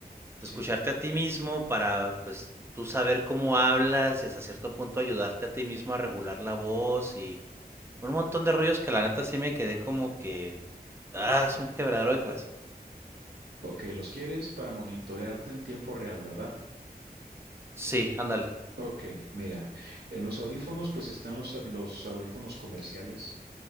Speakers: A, on the right (about 15°); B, on the right (about 75°).
A: Escucharte
B: Sí.
A: a ti mismo para pues tú saber cómo hablas y hasta cierto punto ayudarte a ti mismo a regular la voz y un montón de rollos que la neta sí me quedé como que Ah, es un quebradero de cabeza.
B: Ok, los quieres para monitorearte en tiempo real, ¿verdad?
A: Sí, ándale.
B: Ok, mira, en los audífonos pues están los, los audífonos comerciales